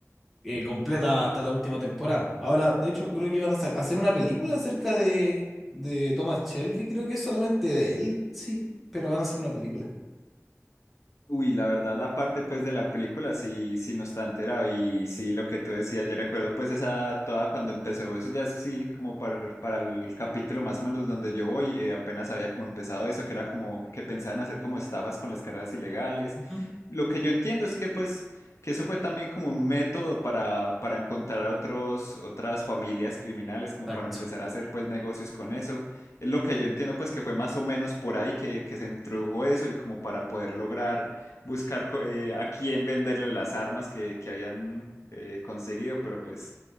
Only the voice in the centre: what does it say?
eh, completa hasta la última temporada. Ahora, de hecho, creo que iban a sa- hacer una película acerca de, de Thomas Shelby, creo que es solamente de él, sí, pero van a hacer una película.
Ujú.
Exacto.